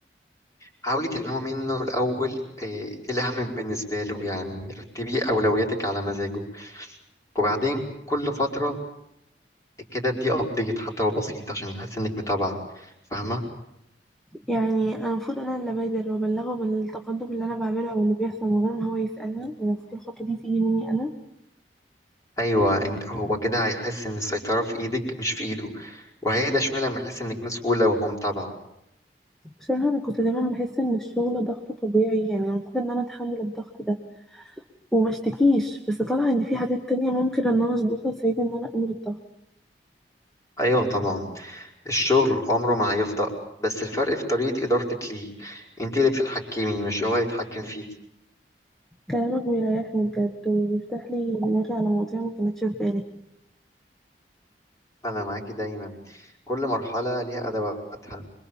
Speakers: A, on the left; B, in the centre.
A: حاولي تلهمي منه الأول آه، إيه الأهم بالنسبة له يعني رتبي أولوياتك على مزاجه وبعدين كل فترة كده دي أبديت حتى لو بسيط عشان يحس إنك متابعة فاهمة؟
B: يعني انا المفروض انا اللي ابادر وابلغه بالتقدم اللي انا بعمله او اللي بيحصل من غير ما هو يسألني يعني المفروض الخطوة دي تيجي مني انا
A: أيوة انت هو كده هيحس إن السيطرة في إيدك مش في إيده وهيهدى شوية لما يحس إنك مسؤولة ومتابعة
B: بصراحة أنا كنت دايما بحس إن الشغل ضغطه طبيعي يعني المفروض إن أنا أتحمل الضغط ده ومشتكيش بس طالعة إن في حاجات تانية ممكن إن أنا أظبطها تساعدني إن أنا أقلل الضغط
A: أيوة طبعا الشغل عمره ما هيفضى بس الفرق في طريقة إدارتك ليه انت اللي بتتحكمي مش هو يتحكم فيك
B: كلامك بيريحني بجد وبيفتح لي دماغي على مواضيع ما كانتش في بالي
A: أنا معاكي دايما كل مرحلة ليها أدواتها